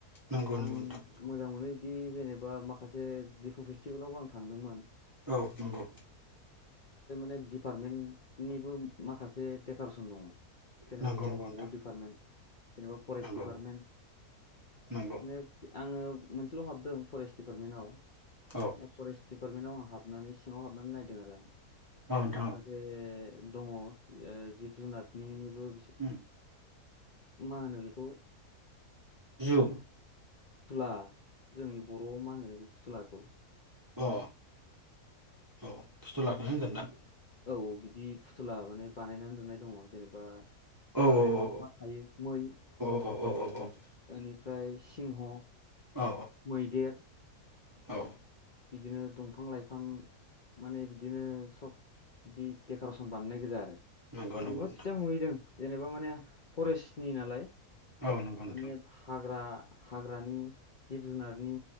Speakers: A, on the right; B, on the left.
A: नंगौ नंगौ नोंथां
B: आं मोजां मोनो बिदि जेनेबा माखासे दिफु फेस्टिभेलावबो आं थांदोंमोन।
A: औ नंगौ।
B: बे डिपार्टमेन्टनिबो माखासे डेक'रेसन दङ। जेनेबा
A: नंगौ
B: गाव
A: नंगौ नोंथां
B: गावबागाव डिपार्टेमेन्ट। जेनेबा फरेस्ट
A: नंगौ
B: दिपार्टमेन्ट
A: नंगौ
B: बिदिनो आङो मोनसेल' हाबदों फरेस्ट दिपार्टमेन्टआव
A: औ
B: <unintelligible> फरेस्ट दिपार्टमेन्टाव आं हाबनानै सिङाव हाबनानै नायदों आरो।
A: औ नोंथां
B: माखासे दङ ओ जिब जुनारनिबो
A: उ
B: मा होनो बेखौ
A: जु
B: थुला जोंनि बर'आव मा होनो फुथुला खौ
A: अ औ फुथुलाखौनो होनगोनदां
B: औ औ बिदि फुथुला माने बानायनानै दोननाय दङ जेनेबा
A: औ
B: हाग्रायाव
A: औ औ
B: मा मा थायो मै
A: <unintelligible>
B: एनिफ्राय सिंह
A: औ
B: मैदेर
A: औ
B: बिदिनो दंफां लाइफां माने बिदिनो सब बिदि देक'रेसन बानायनाय गोजा आरो
A: नंगौ नंगौ
B: मोजां
A: नोंथां
B: नुहैदों जेनेबा माने फरेस्ट सनि नालाय
A: औ नंगौ नोंथां
B: माने फाग्रा हाग्रानि जिब जुनारनि